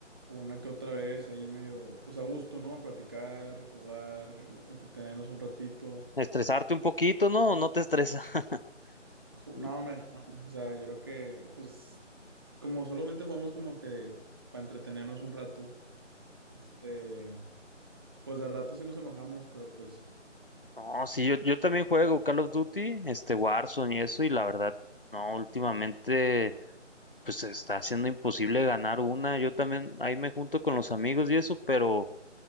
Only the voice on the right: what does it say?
una que otra vez, ahí medio, pues a gusto, ¿no? Platicar, jugar, entretenernos un ratito.
Ju-
No, hombre, no, no. O sea, yo creo que, pues, como solamente jugamos como que para entretenernos un rato, eh, pues de rato sí nos enojamos, pero pues...